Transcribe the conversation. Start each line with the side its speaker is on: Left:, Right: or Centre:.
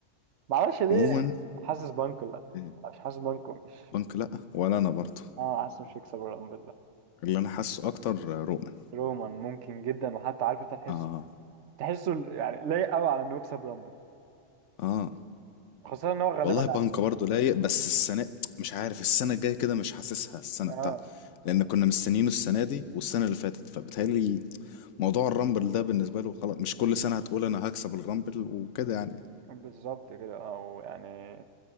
Right: معرفش ليه
Left: عموما
Right: حاسس بانكو لا
Left: إيه،
Right: مش حاسس بانكو مش
Left: بانك لا ولا انا برضه
Right: اه حاسس مش هيكسب الرامبل لا
Left: اللي انا حاسه اكتر رومان
Right: رومان ممكن جدا وحتى عارف انت تحسه
Left: اه
Right: تحسه ال- يعني لايق قوي على انه يكسب رامبل
Left: اه
Right: خاصة ان هو غالبا
Left: والله بانكا برضه لايق بس السنة مش عارف السنة الجاية كده مش حاسسها السنة
Right: اه
Left: بتاعتنا لأن كنا مستنيينه السنة دي والسنة اللي فاتت فبتهيألي موضوع الرامبل ده بالنسبة له خلاص مش كل سنة هتقول أنا هكسب الرامبل وكده يعني
Right: بالظبط كده او يعني